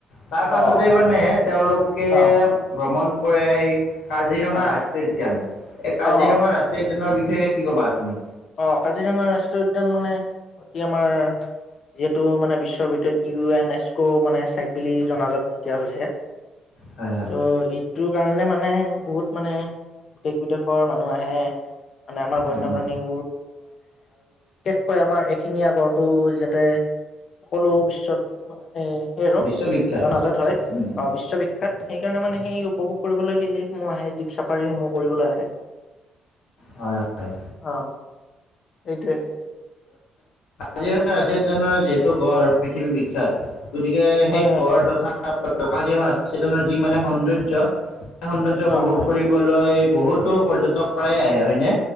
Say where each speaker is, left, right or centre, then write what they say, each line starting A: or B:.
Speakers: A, on the left; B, on the left.
A: তাৰ পাছতে
B: অ হয়
A: মানে তেওঁলোকে
B: অ
A: ভ্ৰমণ কৰে সেই কাজিৰঙা,
B: হয়
A: ৰাষ্ট্ৰীয় উদ্যান এই কাজিৰঙা
B: অ
A: ৰাষ্ট্ৰীয় উদ্যানৰ বিষয়ে সে কি ক'বা তুমি?
B: অ কাজিৰঙা ৰাষ্ট্ৰীয় উদ্যান মানে অতি আমাৰ- যিহেতু মানে বিশ্বৰ ভিতৰত ইউ এন এছকো মানে চাইট বুলি জনাজাত এতিয়া হৈছে।
A: হয় হয়।
B: ত ই তৰ কাৰণে মানে বহুত মানে দেশ বিদেশৰ মানুহ আহে। আমাৰ বন্য
A: উম,
B: প্ৰাণীৰ কয় আমাৰ এশিঙীয়া, গডটো যাতে সকলো বিশ্বত মান এ সেই আৰু-
A: বিশ্ববিখ্যাত।
B: জনাজত হয়
A: উম
B: অ বিশ্ববিখ্যাত সেইকাৰণে মানে। সেই উপভোগ কৰিবলৈ সেইসমূহ আহে জীপ চাফাৰীসমূহ কৰিবলৈ আহে।
A: হয় হয়।
B: অ এইটোৱে
A: জি ৰা উদানৰ যিহেতু গড় পৃথিৱী বিখ্যাত গতিকে
B: হয়
A: সেই
B: হয়
A: গড় তথাকা যি মানে সৌন্দৰ্য। সৌন্দ্জ্য,
B: অ
A: উপভোগ
B: হয়
A: কৰিবলৈ
B: হয়
A: বহুতো পৰ্যটক প্ৰায়ে আহে হয় নে।